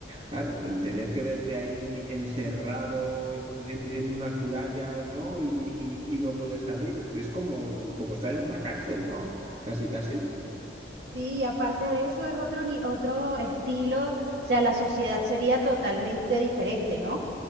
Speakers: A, on the right; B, on the right.
A: Claro, el tener que verte ahí encerrado en, en- en unas murallas, ¿no? Y, y- y no poder salir, es, es como, como estar en una cárcel, ¿no? Casi, casi.
B: Sí, y aparte de eso es otro, ni- otro estilo, o sea, la sociedad sería totalmente diferente, ¿no?